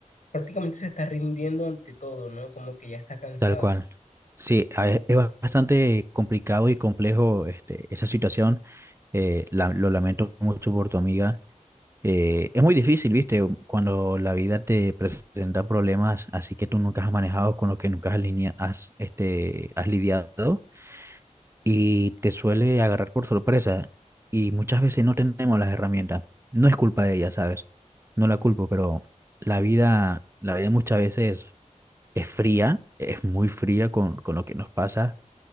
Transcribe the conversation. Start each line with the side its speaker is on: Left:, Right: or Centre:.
Left: Prácticamente se está rindiendo ante todo, ¿no? Como que ya está cansada.
Right: Tal cual. Sí, a ve- es bastante complicado y complejo este, esa situación. Eh, la- lo lamento mucho por tu amiga. Eh, es muy difícil, ¿viste? Cuando la vida te presenta problemas así que tú nunca has manejado, con los que nunca has, linea- has, este, has lidiado y te suele agarrar por sorpresa y muchas veces no tenemos las herramientas. No es culpa de ella, ¿sabes? No la culpo, pero la vida, la vida muchas veces es fría, es muy fría con, con lo que nos pasa